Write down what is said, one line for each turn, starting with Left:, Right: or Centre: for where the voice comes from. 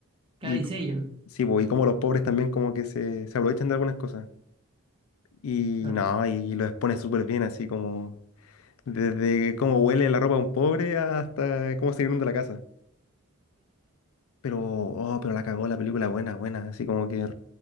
Right: cara
Left: Y
Right: y
Left: co-
Right: sello,
Left: sí, pues, y como los pobres también como que se, se aprovechan de algunas cosas. Y
Right: claro.
Left: no, y lo expone súper bien, así como desde cómo huele la ropa de un pobre hasta cómo se inunda la casa. Pero, oh, pero la cagó la película, buena, buena, así como que